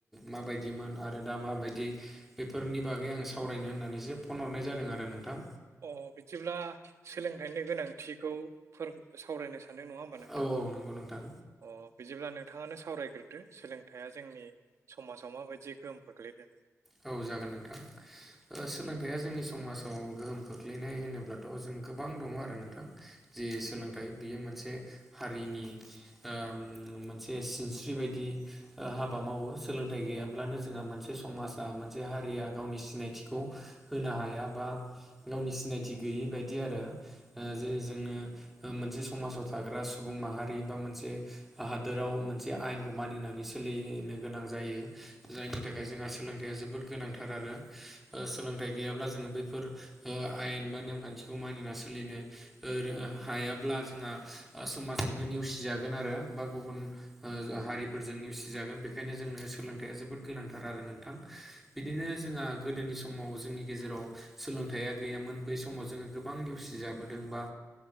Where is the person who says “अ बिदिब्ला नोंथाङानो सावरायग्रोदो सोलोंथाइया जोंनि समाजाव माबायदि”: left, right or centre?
Right